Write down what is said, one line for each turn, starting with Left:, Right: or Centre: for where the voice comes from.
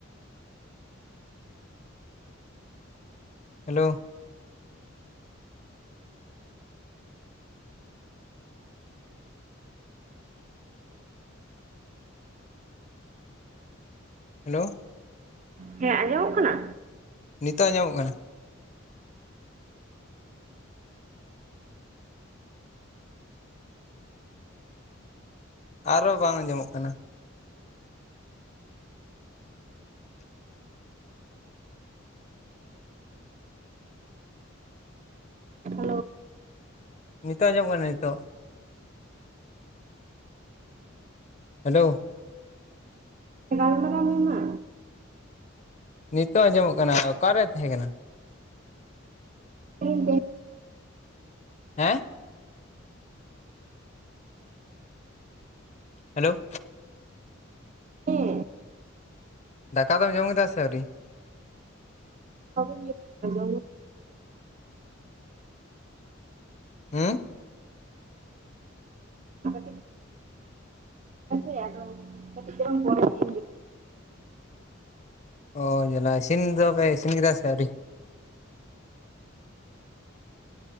Left: hello? ᱦᱮᱞᱳ᱾
Right: ᱦᱮᱸ ᱟᱸᱡᱚᱢᱚᱜ ᱠᱟᱱᱟ?
Left: ᱱᱤᱛᱚᱜ ᱟᱧᱡᱚᱢᱚᱜ ᱠᱟᱱᱟ᱾ ᱟᱨᱦᱚ ᱵᱟᱝ ᱟᱸᱡᱚᱢᱚᱜ ᱠᱟᱱᱟ?
Right: ᱦᱮᱞᱳ
Left: ᱱᱤᱛᱚᱜ ᱟᱸᱡᱚᱢᱚᱜ ᱠᱟᱱᱟ ᱾ᱱᱤᱛᱚᱜ? ᱦᱮᱞᱳ
Right: ᱜᱟᱞᱢᱟᱨᱟᱣ ᱢᱮ ᱢᱟ?
Left: ᱱᱤᱛᱚᱜ ᱟᱸᱡᱚᱢᱚᱜ ᱠᱟᱱᱟ᱾ ᱚᱠᱟᱨᱮ ᱛᱟᱦᱮᱸ ᱠᱟᱱᱟ?
Right: ᱨᱩᱢ ᱛᱮ
Left: ᱦᱮᱸ ᱦᱮᱞᱳ
Right: ᱦᱮᱸ
Left: ᱫᱟᱠᱟ ᱫᱚᱢ ᱡᱚᱢ ᱠᱮᱫᱟ ᱥᱮ ᱟᱹᱣᱨᱤ?
Right: ᱵᱟᱝ ᱤᱧ ᱡᱚᱢ <unintelligible>
Left: ᱦᱩᱸ
Right: <unintelligible> ᱠᱟᱹᱴᱤᱡ ᱪᱩᱞᱟᱝ ᱯᱚᱨᱮ ᱧᱚᱜ
Left: ᱚ ᱡᱟᱱᱟ ᱤᱥᱤᱱ ᱫᱚᱯᱮ ᱤᱥᱤᱱ ᱠᱮᱫᱟ ᱥᱮ ᱟᱣᱨᱤ?